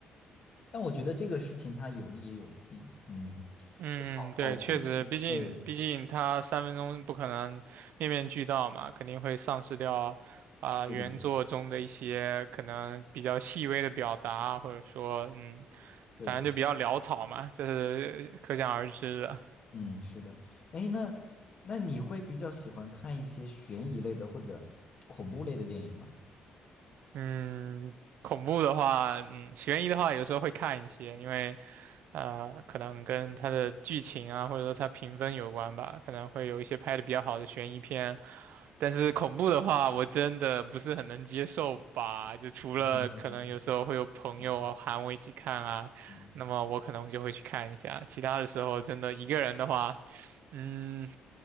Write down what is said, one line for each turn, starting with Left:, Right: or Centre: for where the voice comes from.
Left: 但我觉得这个事情它有利也有弊，嗯，
Right: 嗯，
Left: 就好好处是，
Right: 对，确实，毕竟毕竟他三分钟不可能面面俱到嘛，
Left: 对，
Right: 肯定会丧失掉啊、
Left: 对对对对
Right: 原作中的一些可能比较细微的表达，或者说嗯，
Left: 对对。
Right: 反正就比较潦草嘛，这是可想而知的。
Left: 嗯，是的。哎，那那你会比较喜欢看一些悬疑类的或者恐怖类的电影吗？
Right: 嗯，恐怖的话，嗯，悬疑的话，有时候会看一些，因为，呃，可能跟它的剧情啊，或者说它评分有关吧，可能会有一些拍的比较好的悬疑片。但是恐怖的话，我真的不是很能接受吧，就除了可能有时候会有朋友啊喊我一起看啊，
Left: 嗯，比如说嗯嗯
Right: 那么我可能就会去看一下，其他的时候真的一个人的话，嗯，